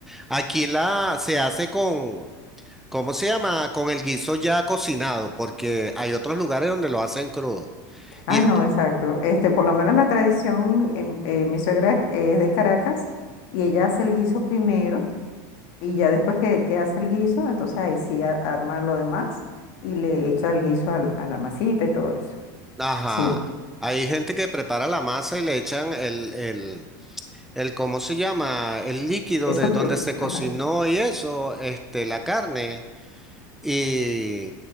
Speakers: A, in the centre; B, on the left.
A: Aquí la se hace con, ¿cómo se llama? Con el guiso ya cocinado, porque hay otros lugares donde lo hacen crudo.
B: Ah,
A: y
B: no, exacto. Este, por lo menos la tradición, em, eh, mi suegra es, es de Caracas y ella hace el guiso primero y ya después que, que hace el guiso, entonces ahí sí a- arma lo demás y le echa el guiso al- a la masita y todo eso.
A: Ajá.
B: Sí,
A: Hay gente que prepara la masa y le echan el, el, el, ¿cómo se llama? El líquido
B: eso
A: de
B: crudo.
A: donde se cocinó
B: ajá.
A: y eso, este, la carne y,